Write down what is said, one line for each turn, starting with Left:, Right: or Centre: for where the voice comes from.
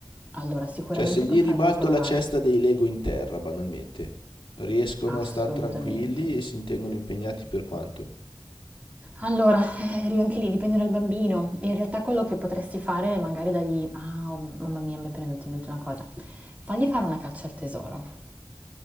Right: Allora, sicuramente
Left: Cioè se gli
Right: puoi farli
Left: ribalto
Right: colorare,
Left: la cesta dei Lego in terra, banalmente, riescono
Right: assolutamente.
Left: a star tranquilli e si intengono impegnati per quanto?
Right: Allora, <laughs> eh, anche lì dipende dal bambino. In realtà quello che potresti fare è magari dargli... Ah, oh, mamma mia, mi è appena venuta in mente una cosa. Fagli fare una caccia al tesoro.